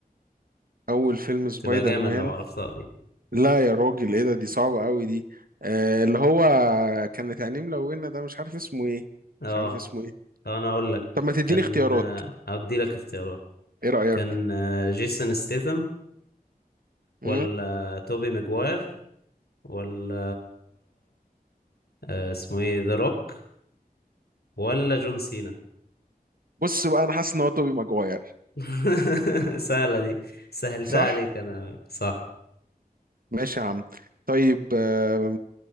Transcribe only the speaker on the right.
اول فيلم سبايدر
مان
لا يا راجل ايه ده دي صعبه قوي دي آه اللي هو كانت عينيه ملونه ده مش عارف اسمه ايه
مش عارف اسمه ايه
طب ما تديني
اختيارات
ايه رايك
مم؟
بص بقى انا حاسس ان هو توبي ماجواير
صح
ماشي يا عم طيب آه